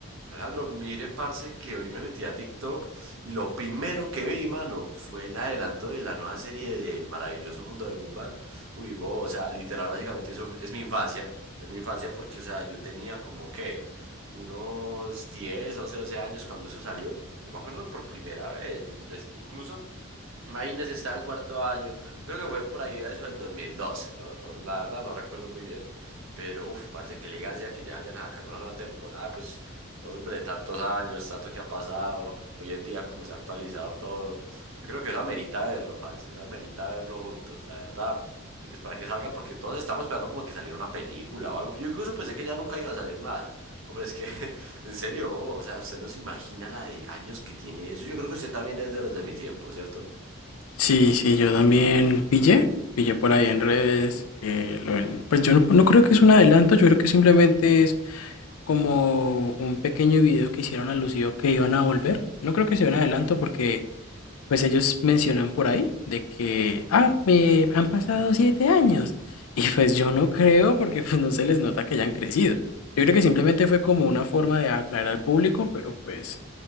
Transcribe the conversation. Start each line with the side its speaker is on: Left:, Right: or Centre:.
Right: Alejandro, mire, parce, que hoy me metí a TikTok y lo primero que vi, mano, fue el adelanto de la nueva serie del maravilloso mundo de Gumball. Uy, bo, o sea, literal, básicamente eso es mi infancia. Es mi infancia porque, o sea, yo tenía como que unos 10, 11, 12 años cuando eso salió. Yo me acuerdo por primera vez. yo- yo- incluso Imagínense, estaba en cuarto año. Creo que fue por ahí a eso del 2012. No, no, la verdad no recuerdo muy bien. Pero, uff, parece que elegancia que ya hayan sacado una nueva temporada. Pues, hombre, tantos años, tanto que ha pasado. Hoy en día, como se ha actualizado todo. Yo creo que eso amerita verlo, parce. Eso amerita verlo juntos. La verdad, hay que esperar que salga porque todos estamos esperando como que saliera una película o algo. Yo incluso pensé que ya nunca iba a salir nada. Hombre, es que, <laughs> en serio, o sea, usted no se imagina la de años que tiene eso. Yo creo que usted también es de los de mi tiempo, ¿cierto?
Left: Sí, sí, yo también pillé, pillé por ahí en redes. eh, lo del- pues yo no, no creo que es un adelanto, yo creo que simplemente es como un pequeño video que hicieron alusivo que iban a volver. No creo que sea un adelanto porque pues ellos mencionan por ahí de que, ah, me han pasado siete años. Y pues yo no creo porque pues no se les nota que hayan crecido. Yo creo que simplemente fue como una forma de atraer al público, pero pues